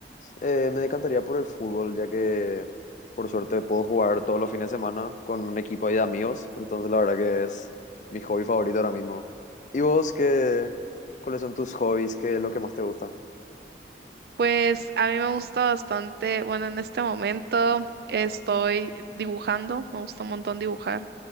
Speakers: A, on the left; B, on the right.
A: eh, me decantaría por el fútbol, ya que por suerte puedo jugar todos los fines de semana con un equipo ahí de amigos, entonces la verdad que es mi hobby favorito ahora mismo. ¿Y vos qué, cuáles son tus hobbies? ¿Qué es lo que más te gusta?
B: Pues a mí me gusta bastante, bueno, en este momento estoy dibujando, me gusta un montón dibujar.